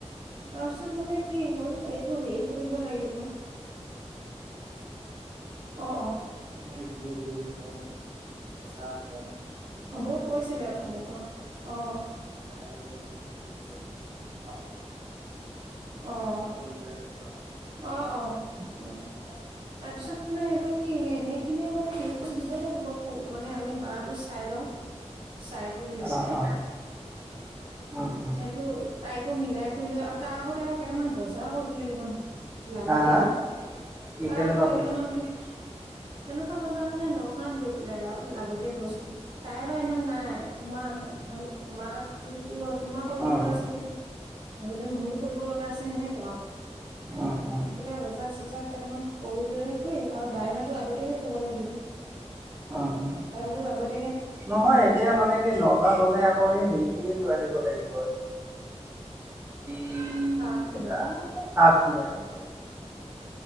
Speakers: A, on the right; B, on the right.
A: তাৰপিছত মানে কি হ'ল এইটো হেৰি কৰিব লাগিব। অ অ। মই ভিম বিন কম কেঁচা কম। বৌক কৈছিলে অথনি পৰা অ। চফ নক <unintelligible> অ অ অ তাৰপিছত। মানে সটো কি সেইখিনিয়ে মানে হেৰি কৰি দিব লাগিব আকৌ মানে আমি বাৰটো চাই লওঁ। চাই কৰি লৈ
B: অ',
A: পলে।
B: অ', <unintelligible>
A: সেইটো তাইকো মিলাই কৰি লৈ আৰু তাৰ আগতে আকৌ কেইটামান বজা কৰিব লাগিব নহয়। লাগতিয়ালা
B: হা হা
A: নহয়
B: কি
A: তাৰ
B: কেনেকুৱা
A: আগতে
B: কৰিছে?
A: কেইটামান।
B: <unintelligible>
A: তেনেকুৱা বজাৰ মানে নগাঁৱত গৈ পেলাই আৰু লাগতিয়াল বস্তু তাই বা ইমান নাই তোমাৰ। হল তোমাৰ তাত যদি তোমাৰ কৰিব
B: উম,
A: লগা আছে যদি আৰু যদি মোৰ কৰিব লগা আছে সেনেকুৱা
B: উম, উম, উম,
A: সেইকেইটা বজাৰ- চজাৰ কেইটামান কৰি লৈ আৰু ড্ৰাইভাৰটো আগতীয়াকে ক'ব লাগিব,
B: উম, উম।
A: ড্ৰাইভাৰটো আগতে
B: নহয় এতিয়া মানে কি নগাঁও গলে আকৌ সেই হেৰি খিনিয় লৈ আহিব লাগি উম
A: তাপ
B: তেইটা
A: খিনি
B: তাপ চিনি আনিব লাগিব।